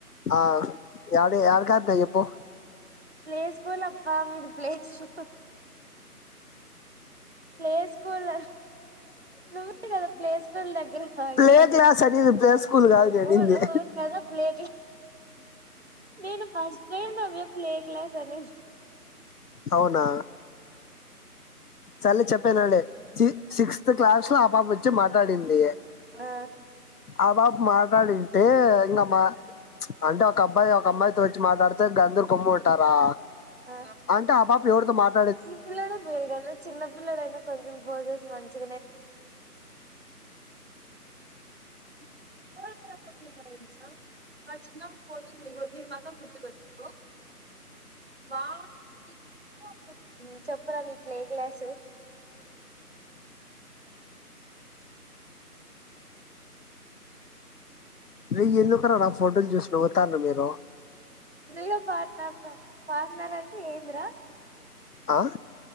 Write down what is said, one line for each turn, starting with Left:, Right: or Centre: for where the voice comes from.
Left: ఆ ఎడ యాడికి ఆపిన చెప్పు
Right: ప్లే స్కూల్ అబ్బా మీది ప్లే స్కూల్ ప్లై స్కూల్ నువ్వే కదా ప్లే స్కూల్ దగ్గర ఆగినావు
Left: ప్లే క్లాస్ అనేది ప్లే స్కూల్
Right: <unintelligible>
Left: కాదు నేను అనింది
Right: ప్లే క్లా నేను ఫస్ట్ టైమ్ నవ్వ ప్లే క్లాస్ అని
Left: అవునా సరే లే చెప్పేదివినండి సి సిక్స్త్ క్లాస్ ఆ పాప వచ్చి మాట్లాడింది
Right: ఆ
Left: ఆ పాపా మాట్లాడింది ఇంకా మా అంటే ఒక అబ్బాయి ఒక అమ్మాయితో వచ్చి మాట్లాడుతే గంధుర్ గొమ్ము ఉంటారా
Right: ఆ
Left: అంటే ఆ పాప ఎవరితో మాట్ల
Right: ఈ పిల్లడ బయన్న చిన్న పిల్లడైయినా కొంచెం పోసెస్ మంచి <unintelligible> నాకు తెలుసా ఆ చిన్నపుడు <unintelligible> మాత్రం గుర్తు పెట్టుకుంటావు వావ్ <unintelligible> చెప్పురా ప్లే క్లాస్
Left: ఆరే ఎందుకురా నా ఫోటోలు చూసి నవ్వుతారు మీరు
Right: రియా పార్ట్నర్ అబ్బ పార్ట్నర్ అంటే ఏందిరా
Left: ఆ